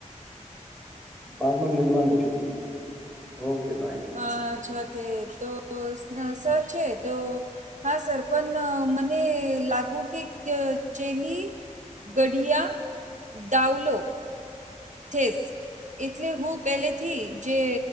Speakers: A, in the centre; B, on the right.
A: બાદમાં મિલવાનું છું ઓકે બાય
B: હ અચ્છા તે તો સર છે, તો હા સર પન મને લાગુ કે ક ચેલી ગઢિયા ડાવલો ઠેસ એટલે હું પહેલેથી જે